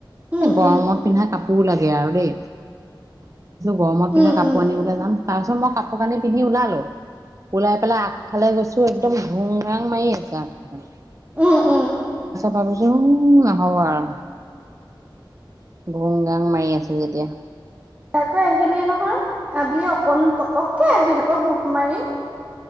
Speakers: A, on the right; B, on the right.
A: উম
B: গৰমত
A: উম
B: পিন্ধা কাপ টো লাগে আৰু দেই। গৰমত পিন্ধা
A: উম
B: কাপোৰ
A: উম
B: আনিবলে যাম। তাৰ পিছত মই কাপোৰ কানি পিন্ধি ওলালো ওলাই পেলাই আগফালে গৈছো একদম ধুম ৰাং মাৰি আছে আৰ
A: উম উম
B: ভাবিছো নহ'ব আৰু। গোম গাং মাৰি আছে যেতিয়া।
A: তয়াকৈ আহিলেই নহয় আবেলি অকণ ককে আহিল আকৌ ঘোপ মাৰি।